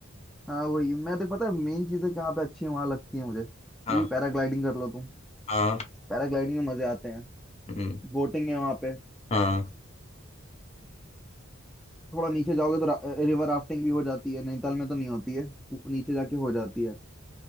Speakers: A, in the centre; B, on the left (about 30°).
A: हाँ वही मैं तो पता है मेन चीजें कहाँ पे अच्छी वहां लगती है मुझे कि
B: हाँ
A: पैराग्लाइडिंग कर लो तुम
B: हाँ
A: पैराग्लाइडिंग में मजे आते हैं
B: हम्म,
A: बोटिंग है वहां पे
B: हाँ
A: थोड़ा नीचे जाओगे तो रा, रिवर राफ्टिंग भी हो जाती है नैनीताल में तो नहीं होती है उ- नीचे जाके हो जाती है